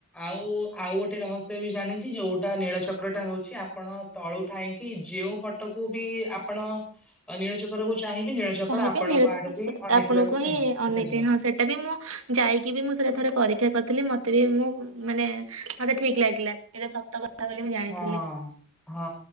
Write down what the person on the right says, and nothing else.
ଚାହିଁବେ
ନିରଜ
ଆପଣଙ୍କୁ
ହିଁ ଅନେଇଥାଏ
ହଁ ସେଟା ବି ମୁଁ ଯାଇକି ବି ମୁଁ ସେଇଟା ଥରେ ପରୀକ୍ଷା କରିଥିଲି ମତେ ବି ମୁଁ ମାନେ ମତେ ଠିକ ଲାଗିଲା। ଏଇଟା ସତ କଥା ବୋଲି ମୁଁ ଜାଣିଥିଲି